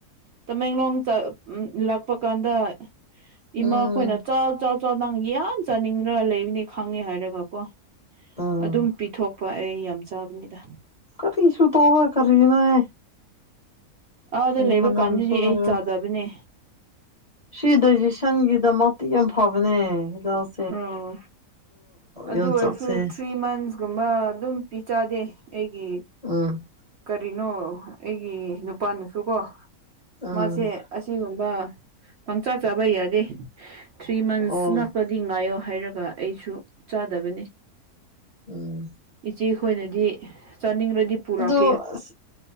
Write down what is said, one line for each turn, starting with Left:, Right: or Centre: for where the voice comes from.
Right: ꯇꯃꯦꯡꯂꯣꯡ ꯆꯞ ꯂꯛ ꯀꯛꯄ ꯀꯥꯟꯗ
Left: ꯎꯝ
Right: ꯏꯃꯥ ꯈꯣꯏꯅ ꯆꯥꯎ ꯆꯥꯎ ꯆꯥꯎ ꯅꯪ ꯌꯥꯝ ꯆꯥꯅꯤꯡꯒ꯭ꯔ ꯂꯩꯕꯅꯤ ꯈꯪꯉꯦ ꯍꯥꯏꯔꯒꯀꯣ
Left: ꯎꯝ
Right: ꯑꯗꯨꯝ ꯄꯤꯊꯣꯛꯄ ꯑꯩ ꯌꯥꯝ ꯆꯥꯕꯅꯤꯗ
Left: ꯀꯔꯤꯁꯨꯨ ꯇꯔꯣꯏ ꯀꯔꯤꯅꯣꯍꯦ
Right: ꯑꯥꯗ
Left: ꯀꯔꯤ
Right: ꯂꯩꯕ
Left: ꯃꯅꯝꯁꯨ
Right: ꯀꯥꯟꯗꯨꯗꯤ ꯑꯩ
Left: ꯂꯩꯔꯣꯏ
Right: ꯆꯥꯗꯕꯅꯦ
Left: ꯁꯤ ꯗꯥꯏꯖꯦꯁꯟꯒꯤꯗꯃꯛꯇꯤ ꯌꯥꯝ ꯐꯕꯅꯦ ꯃꯤꯗꯥꯁ
Right: ꯑꯣ ꯑꯗꯨ
Left: ꯌꯣꯡꯆꯥꯛꯁꯦ
Right: ꯑꯣꯏꯔꯁꯨ ꯊ꯭ꯔꯤ ꯃꯟꯁ ꯒꯨꯝꯕ ꯑꯗꯨꯝ ꯄꯤꯆꯥꯗꯦ ꯑꯩꯒꯤ
Left: ꯎꯝ
Right: ꯀꯔꯤꯅꯣ ꯑꯩꯒꯤ ꯅꯨꯄꯥꯅꯁꯨꯀꯣ
Left: ꯎꯝ
Right: ꯃꯥꯁꯦ ꯑꯁꯤꯒꯨꯝꯕ ꯄꯪꯆꯥ ꯆꯥꯕ ꯌꯥꯗꯦ ꯊ꯭ꯔꯤ ꯃꯟꯁ
Left: ꯑꯣ
Right: ꯉꯛꯄ ꯗꯤ ꯉꯥꯏꯌꯣ ꯍꯥꯏꯔꯒ ꯑꯩꯁꯨ ꯆꯥꯗꯕꯅꯤ
Left: ꯎꯝ
Right: ꯏꯆꯦꯈꯣꯏꯅꯗꯤ ꯆꯥꯅꯤꯡꯔꯗꯤ ꯄꯨꯔꯛ
Left: ꯑꯗꯣ ꯑꯁꯤ